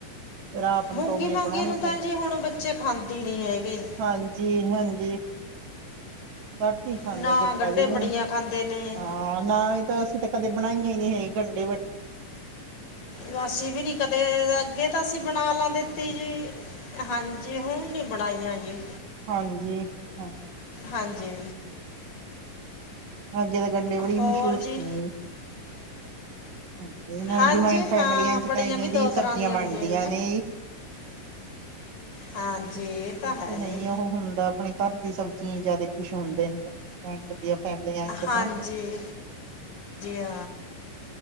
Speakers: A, on the right; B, on the left.
A: ਫਿਰ ਆਪ ਨੂੰ
B: ਮੂੰਗੀ-
A: ਤਾਂ ਉਵੇਂ
B: ਮਾਂਗੀ
A: ਬਣਾਉਣੀ
B: ਨੂੰ ਤਾਂ
A: ਪੈਂਦੀ
B: ਜੀ ਹੁਣ ਬੱਚੇ ਖਾਂਦੇ ਨੀ ਹੈਗੇ।
A: ਹਾਂਜੀ-ਹਾਂਜੀ। ਘੱਟ ਈ ਖਾਂਦੈ
B: ਨਾ
A: ਬੇਟਾ
B: ਗੰਢੇ
A: ਵੀ ਹੁਣ।
B: ਬੜੀਆਂ ਖਾਂਦੇ ਨੇ
A: ਹਾਂ, ਨਾ ਏ ਤਾਂ ਅਸੀਂ ਕਦੇ ਬਣਾਈਏ ਈ ਨੀ ਹੈ ਗੰਡੇ ਵ
B: ਨਾ ਅਸੀਂ ਵੀ ਨੀ ਕਦੇ, ਅੱਗੇ ਤਾਂ ਅਸੀਂ ਬਣਾ ਲਾ ਦਿੱਤੀ ਜੀ ਹਾਂਜੀ, ਹੁਨ ਨੀ ਬਣਾਈਆਂ ਜੀ।
A: ਹਾਂਜੀ, ਹਾਂ।
B: ਹਾਂਜੀ।
A: ਅੱਗੇ ਦੇ ਗੰਡੇ ਬੜੀ
B: ਹੋਰ
A: ਮਸ਼ੂਰ ਸੀ।
B: ਜੀ
A: ਹਾਂਜੀ, ਨਾਲੇ
B: ਹਾਂਜੀ
A: ਜੁਆਇੰਟ ਫੈਮਲੀਆਂ
B: ਹਾਂ
A: ਚ
B: ਬੜੀਆਂ
A: ਤਾਂ ਇਵੇਂ
B: ਵੀ ਦੋ
A: ਦੀ ਸਬਜ਼ੀਆਂ
B: ਤਰ੍ਹਾਂ ਦੀਆਂ
A: ਬਣਦੀਆਂ
B: ਹੁੰਦੀਆਂ ਜੀ
A: ਨੇ।
B: ਹਾਂਜੀ
A: ਅਛ
B: ਇਹ ਤਾਂ
A: -ਅੱਛਾ
B: ਹੈ
A: ਨਈ
B: ਜੀ
A: ਓ ਹੁੰਦਾ ਅਪਣੇ ਘਰ ਦੀ ਸਬਜ਼ੀਆਂ ਈ ਜਾਦਾ ਈ ਖੁਸ਼ ਹੋਂਦੇ ਨੇ, <unintelligible> ਚ
B: ਹਾਂਜੀ-ਹਾਂਜੀ,
A: ਤਾਂ
B: ਹਾਂ।